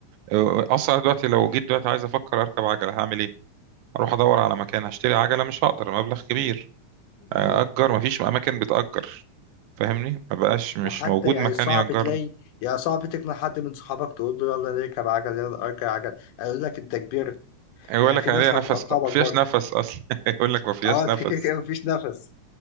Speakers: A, on the right; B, on the left.
A: آه، اصلا دلوقتي لو جيت دلوقتي عايز افكر اركب عجلة هعمل ايه اروح ادور على مكان هشتري عجلة مش هقدر مبلغ كبير
B: اه
A: آه، اجر ما فيش اماكن بتأجر فاهمني ما بقاش مش
B: وحتى
A: موجود
B: يعني
A: مكان
B: صعب
A: يأجر
B: تلاقي
A: لي.
B: يعني صعب تقنع حد من صحابك تقول له يلا نركب عجل يلا اركب عجل هيقول لك انت كبرت
A: يقول
B: يعني
A: لك
B: في
A: عليها
B: ناس
A: نفس
B: هتقطعك
A: ما فيهاش
B: برضه
A: نفس اصلا <laughs> يقول لك ما فيهاش
B: اه انت
A: نفس
B: كده كده مفيش نفس